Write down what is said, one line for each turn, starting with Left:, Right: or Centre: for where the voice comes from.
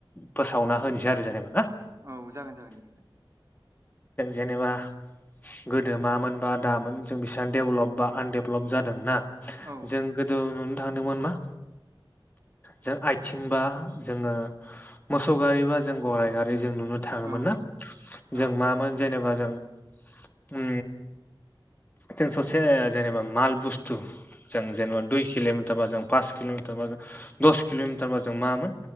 Left: फोसावना होनोसै आरो जेनेबा ना।
Right: औ जागोन जागोन दे नोंथां
Left: जेनेबा गोदो मामोन बा दामोन जों बिसिबां दडेभलप बा आनडेभलप जादोंना?
Right: औ
Left: जों गोदो नुनो थांदोंमोन मा। जों आथिंबा जोङो मोसौ गारिबा जों गराय गारि जों नुनो थाङोमोन
Right: औ
Left: ना
Right: औ
Left: जों मामोन जेनेबा जों उम जों ससे जेनेबा माल बस्थु जों जेनेबा दुइ किल'मिटार बा जों पास किल'मिटार बा जों दस किल'मिटार बा जों मामोन